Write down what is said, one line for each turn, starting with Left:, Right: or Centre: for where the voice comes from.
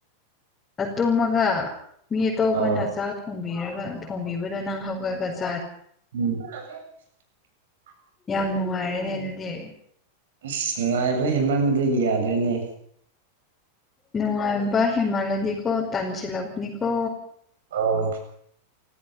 Left: ꯇꯨꯝꯃꯒ ꯃꯤ ꯑꯇꯣꯞꯄꯅ
Right: ꯑꯣ
Left: ꯆꯥꯛ ꯊꯣꯡꯕꯤꯔꯒ ꯊꯣꯡꯕꯤꯕꯗ ꯅꯪ ꯍꯧꯒꯠꯀꯁꯤ
Right: <unintelligible>
Left: ꯌꯥꯝ ꯅꯨꯡꯉꯥꯏꯔꯦꯅꯦ ꯑꯗꯨꯗꯤ
Right: ꯑꯁ ꯅꯨꯡꯉꯥꯏꯕ ꯍꯦꯃꯝꯕꯗꯒꯤ ꯌꯥꯗꯣꯏꯅꯦ
Left: ꯅꯨꯡꯉꯥꯏꯕ ꯍꯦꯃꯂꯗꯤꯀꯣ ꯇꯥꯟꯁꯤꯂꯛꯅꯤꯀꯣ
Right: ꯑꯣ